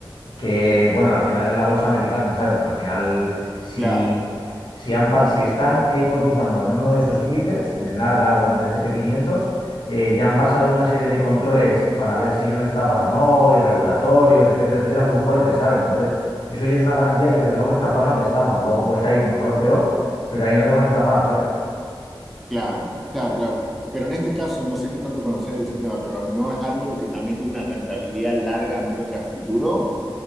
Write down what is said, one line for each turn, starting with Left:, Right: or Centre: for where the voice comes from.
Left: que, bueno, al final es la bolsa americana, ¿sabes? Que al final, si,
Centre: claro,
Left: si, han pa- si están eh, cotizando en uno de esos índices, en el Nasdaq o en el S&P 500, eh, ya han pasado una serie de controles para ver si son estafas o no, y regulatorios, etcétera, etcétera, muy fuertes, ¿sabes? Entonces, eso ya es una garantía que desde luego estafar no te estafan. Luego puedes salir mejor o peor, pero ahí no te van a estafar, ¿sabes?
Centre: claro, claro, claro. Pero en este caso, no sé qué tanto conocés de ese tema, pero no es algo que también tiene una rentabilidad larga, medio que a futuro.